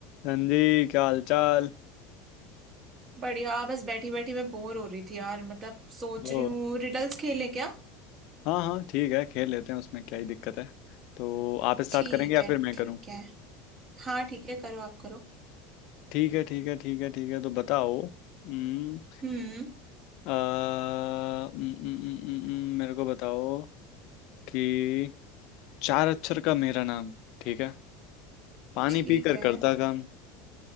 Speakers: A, on the left; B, on the right.
A: हाँ जी क्या हाल चाल
B: बढ़िया बस बैठी बैठी मैं बोर हो रही थी यार मतलब सोच
A: ओ
B: रही हूँ रिडल्स खेलें क्या
A: हाँ हाँ ठीक है खेल लेते हैं उसमें क्या ही दिक्कत है तो आप स्टार्ट
B: ठीक
A: करेंगे या
B: है
A: फिर मैं
B: ठीक
A: करूँ
B: है हाँ ठीक है करो आप करो
A: ठीक है ठीक है ठीक है ठीक है तो बताओ हम्म,
B: हम्म
A: आ, हम्म, हम्म, हम्म, हम्म, हम्म, मेरे को बताओ कि चार अक्षर का मेरा नाम ठीक है पानी
B: ठीक
A: पीकर
B: है
A: करता काम